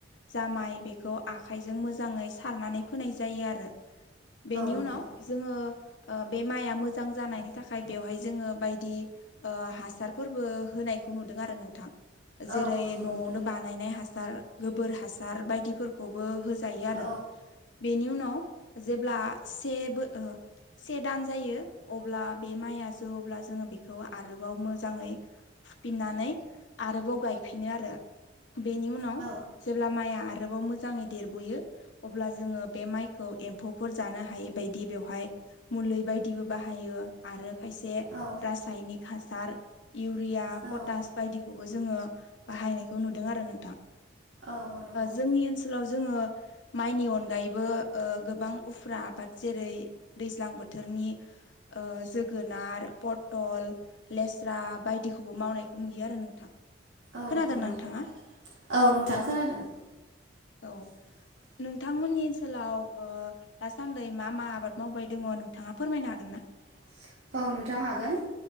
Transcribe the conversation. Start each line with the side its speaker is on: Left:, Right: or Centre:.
Left: जामाइ बेखौ आखाइजों मोजाङै सारनानै फोनाय जायो आरो बेनि
Right: नंगौ
Left: उनाव जोङो बे माइआ मोजां जानायनि थाखाय बेवहाय जोङो बायदि हासारफोरबो होनायखौ नुदों आरो नोंथां
Right: औ
Left: जेरै
Right: औ नंगौ
Left: न'आवनो
Right: नोंथां
Left: बानायनाय हास र गोबोर हासार बायदिफोरखौबो होजायो आरो
Right: औ
Left: बेनि उनाव जेब्ला सेबो से दान जायो अब्ला बे माइआ जौवोब्ला जोङो बेखौ आरोबाव मोजाङै फुफिननानै आरोबाव गायफिनो आरो बेनि उनाव
Right: औ
Left: जेब्ला माइआ आरोबाव मोजाङै देरबोयो अब्ला जोङो बे माइखौ एमफौफोर जानो हायै बायदि बेवहाय मुलि बायदिबो बाहायो आरो खायसे
Right: औ
Left: रासायनिक हासार इउरिया
Right: औ
Left: पटास बायदिखौबो जोङो बाहायनायखौ नुदों आरो नोंथां
Right: औ नंगौ
Left: जोंनि ओनसोलाव जोङो माइनि अनगायैबो गोबां उफ्रा आबाद जेरै दैज्लां बोथोरनि जोगोनार पटल लेस्रा बायदिखौबो मावनायखौ नुयो आरो नोंथां
Right: औ
Left: खोनादोंना
Right: नंगौ नोंथां
Left: नोंथाङा
Right: औ नोंथां खोनादों
Left: औ
Right: <inaudible>
Left: नोंथांमोननि ओनसोलाव दासान्दै मा मा आबाद मावबाय दङ नोंथाङा फोरमायनो हागोन ना?
Right: <inaudible> औ नोंथां हागोन